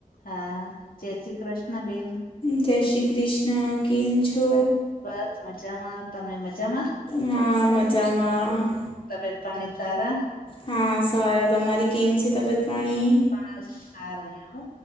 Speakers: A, on the left; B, on the left.
A: હા, જય શ્રી કૃષ્ણ બેન.
B: જય શ્રી કૃષ્ણ, કેમ છો?
A: બસ મજામાં. તમે મજામાં?
B: હા, મજામાં.
A: તબિયત પાણી સારા
B: હા, સારા તમારી કેમ છે તબિયત? પાણી
A: બસ સારા છે હો.